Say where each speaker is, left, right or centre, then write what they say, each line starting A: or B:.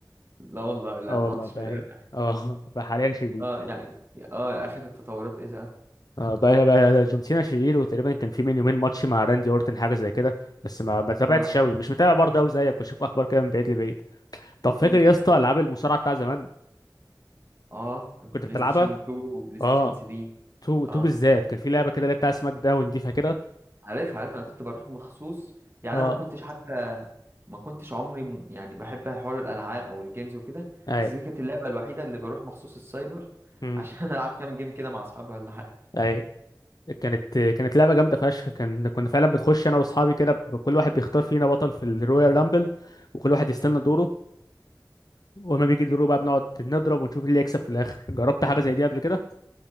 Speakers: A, on the right (about 35°); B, on the left (about 60°).
A: لا والله لا
B: اه
A: ما
B: والله
A: كنتش
B: بقى
A: متابع
B: هي اه <laughs> بقى حاليا شرير
A: اه يعني اه اخر التطورات ايه ده
B: اه بقى بقى جون سينا شرير وتقريبا كان في من يومين ماتش مع راندي اورتن حاجه زي كده بس ما ما تابعتش
A: اه
B: قوي مش متابع برضه قوي زيك بشوف اخبار كده من بعيد لبعيد طب فاكر
A: امم
B: يا اسطى العاب المصارعه بتاع زمان
A: اه بلاي
B: كنت بتلعبها
A: ستيشن 2 وبلاي ستيشن
B: اه
A: 3
B: تو
A: اه
B: تو بالذات كان في لعبه كده اللي هي بتاع سماك داون دي فاكرها
A: عارف عارف انا كنت بروح مخصوص يعني
B: اه
A: انا ما كنتش حتى ما كنتش عمري م- يعني بحب حوار الالعاب او الجيمز وكده
B: اي
A: بس دي كانت اللعبه الوحيده اللي بروح مخصوص السايبر
B: امم
A: عشان <laughs> العب كام جيم كده مع اصحابي ولا حاجه
B: اي كانت كانت لعبه جامده فشخ كان كنا فعلا بنخش انا واصحابي كده ب- كل واحد بيختار فينا بطل في الرويال رامبل وكل واحد يستنى دوره وما بيجي دوره بقى بنقعد نضرب ونشوف مين اللي يكسب في الاخر جربت حاجه زي دي قبل كده